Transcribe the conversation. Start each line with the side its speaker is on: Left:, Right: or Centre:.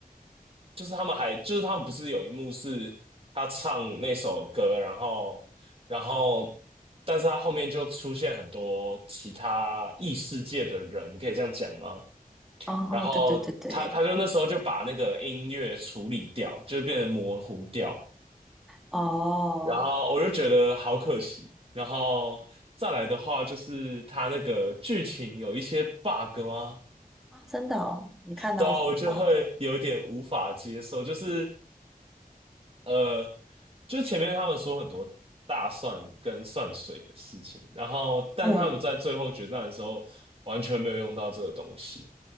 Right: 就是他们还就是他们不是有一幕是他唱那首歌，然后然后。但是他后面就出现很多其他异世界的人，可以这样讲吗？
Centre: 哦哦，
Right: 然后他他就那时候就把那个音乐处理掉，
Centre: 对对对对，
Right: 就变得模糊掉。
Centre: 哦
Right: 然后我就觉得好可惜。然后再来的话，就是他那个剧情有一些 bug 吗？
Centre: 啊，真的哦，你看到什么花梗？
Right: 对啊，我就会有点无法接受。就是呃，就前面他们说很多大蒜跟蒜水的事情，然后但是他们在最后决战的时候完全没有用到这个东西。
Centre: 嗯